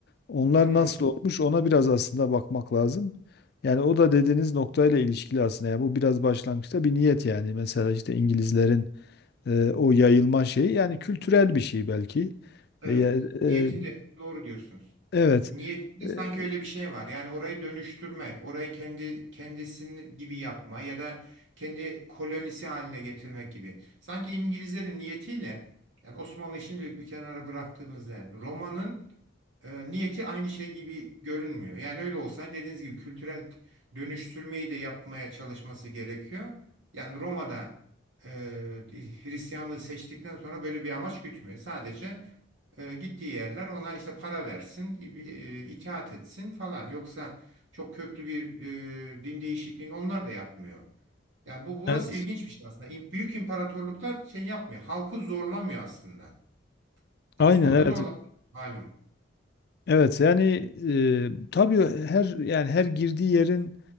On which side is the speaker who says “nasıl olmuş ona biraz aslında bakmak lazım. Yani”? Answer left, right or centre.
Left